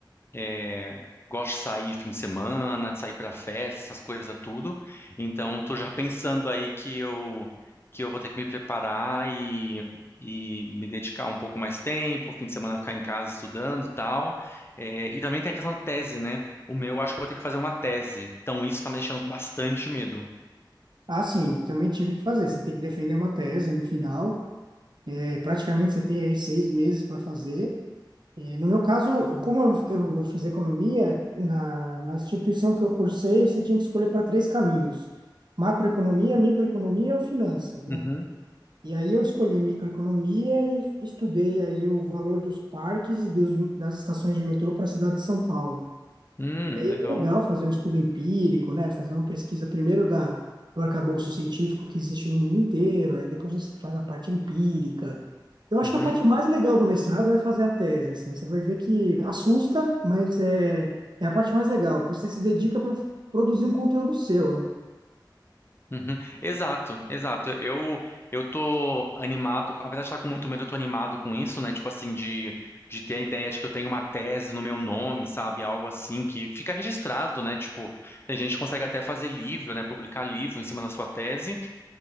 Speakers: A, on the left; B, on the right.
A: É, gosto de sair fim de semana, de sair pra festa, essas coisas tudo. Então, tô já pensando aí que eu que eu vou ter que me preparar e, e me dedicar um pouco mais tempo, fim de semana ficar em casa estudando, tal. É, e também tem a questão da tese, né? O meu, eu acho que eu vou ter que fazer uma tese. Então, isso tá me deixando com bastante medo.
B: Ah, sim, também tive que fazer. Você tem que defender uma tese no final. É, praticamente você tem aí seis meses para fazer. E no meu caso, como eu, eu, fiz economia, na, na instituição que eu cursei, você tinha que escolher para três caminhos: macroeconomia, microeconomia ou finanças, né?
A: Uhum.
B: E aí eu escolhi microeconomia e estudei aí o valor dos parques e dos, das estações de metrô para a cidade de São Paulo.
A: Hum,
B: E aí
A: legal.
B: é bem legal fazer um estudo empírico, né? Fazer uma pesquisa primeiro da, do arcabouço científico que existe no mundo inteiro, aí depois você faz a parte empírica. Eu acho
A: Uhum.
B: que a parte mais legal do mestrado é fazer a tese, assim. Você vai ver que assusta, mas é, é a parte mais legal. Você se dedica para produzir um conteúdo seu, né?
A: Uhum. Exato, exato. Eu eu tô animado, com- apesar de estar com muito medo, eu tô animado com isso, né? Tipo assim, de, de ter a ideia de que eu tenho uma tese no meu nome, sabe? Algo assim que fica registrado, né? Tipo, tem gente que consegue até fazer livro, né? Publicar livro em cima da sua tese,